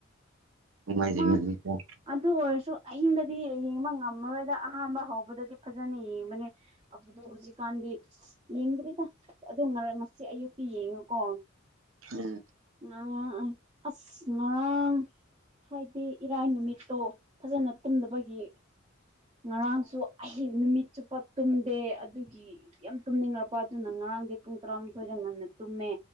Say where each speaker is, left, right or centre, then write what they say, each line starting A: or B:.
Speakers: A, on the right; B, on the right.
A: ꯃꯖꯦ
B: ꯃꯥ
A: ꯃ <unintelligible>
B: ꯑꯗꯨ ꯑꯣꯏꯔꯁꯨ ꯑꯍꯤꯡꯗꯗꯤ ꯌꯦꯡꯕ ꯉꯝꯃꯔꯣꯏꯗ ꯑꯍꯥꯟꯕ ꯍꯧꯕꯗꯗꯤ ꯐꯖꯅ ꯌꯦꯡꯕꯅꯦ ꯑꯗꯨ ꯍꯧꯖꯤꯛꯀꯥꯟꯗꯤ ꯌꯦꯡꯗ꯭ꯔꯤꯗ ꯑꯗꯨ ꯉꯁꯤ ꯑꯌꯨꯛꯇꯤ ꯌꯦꯡꯉꯨꯀꯣ
A: ꯎꯝ
B: ꯉꯥꯡ ꯑꯁ ꯉꯔꯥꯡ ꯐ꯭ꯔꯥꯏꯗꯦ ꯏꯔꯥꯏ ꯅꯨꯃꯤꯠꯇꯣ ꯐꯖꯅ ꯇꯨꯝꯗꯅꯕꯒꯤ ꯉꯔꯥꯡꯁꯨ ꯑꯩ ꯅꯨꯃꯤꯠ ꯆꯨꯞꯄ ꯇꯨꯝꯗꯦ ꯑꯗꯨꯒꯤ ꯌꯥꯝ ꯇꯨꯝꯅꯤꯡꯂꯛꯄ ꯑꯗꯨꯅ ꯉꯔꯥꯡꯗꯤ ꯄꯨꯡ ꯇꯔꯥꯃꯥꯊꯣꯏꯗ ꯉꯟꯅ ꯇꯨꯝꯃꯦ